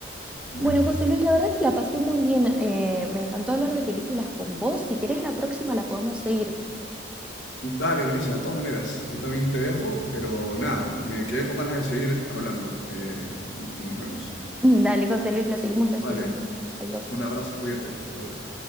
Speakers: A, on the left (about 75°); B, in the centre.
A: buenísima.
B: Bueno, José Luis, la verdad que la pasé muy bien. Eh, me encantó hablar de películas con vos. Si querés, la próxima la podemos seguir.
A: Dale, Melissa, de todas maneras, yo también te dejo, pero nada, me quedé con ganas de seguir hablando eh, y, y nos vemos.
B: <laughs> Dale, José Luis, la seguimos la
A: Vale,
B: siguiente. Adiós.
A: un abrazo, cuídate, adiós.